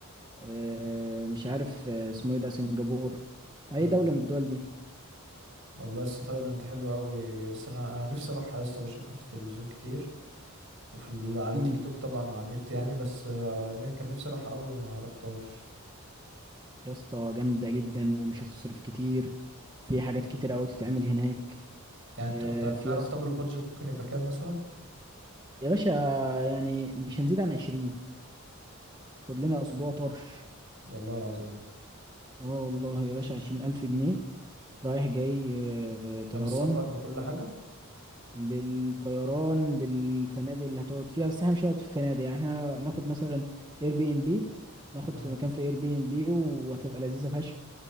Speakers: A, on the right (about 20°); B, on the right (about 60°).
A: آه، مش عارف آه، اسمه ايه ده سنغافور اي
B: امم
A: دولة من الدول دي
B: والله يسا تايلاند حلوة قوي بس انا انا نفسي اروحها يسا بشوفها في التلفزيون كتير وفي ال... على
A: امم
B: تيك توك طبعا وعلى النت يعني بس آه، كان نفسي اروحها قوي وما روحتهاش
A: يا اسطى جامدة جدا ومش هتصرف كتير وفي حاجات كتير قوي تتعمل هناك
B: يعني
A: آه،
B: انت أنت
A: في
B: تعرف
A: يا اسطى
B: طب البادجت ممكن يبقى كام مثلا
A: يا باشا يعني مش هنزيد عن عشرين خد لنا اسبوع طرش
B: والله العظيم
A: اه والله يا باشا عشرين الف جنيه رايح جاي آه، طيران
B: ده بالسفر بكل حاجة
A: بالطيران بالفنادق اللي هتقعد فيها بس احنا مش هنقعد في فنادق يعني احنا ناخد مثلا اير بي ام بي ناخد
B: امم
A: في مكان في اير بي ام بي وهتبقى لذيذة فشخ